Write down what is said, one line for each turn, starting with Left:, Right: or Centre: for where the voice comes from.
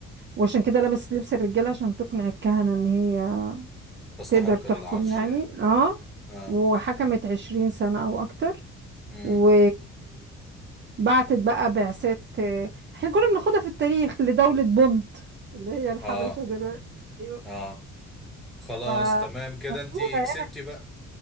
Right: وعشان كده لبست لبس الرجالة عشان تقنع الكهنة ان هي
Centre: تستحق
Right: تقدر تحكم
Centre: العرش
Right: يعني
Centre: يعني
Right: اه
Centre: اه
Right: وحكمت عشرين سنة او اكتر
Centre: مم.
Right: و بعتت بقى بعثات احنا كنا بناخدها في التاريخ لدولة بونت اللي هي الحبشة
Centre: اه
Right: دلوقتي ايوه
Centre: اه خلاص
Right: فمشهورة
Centre: تمام كده انتي كسبتي بقى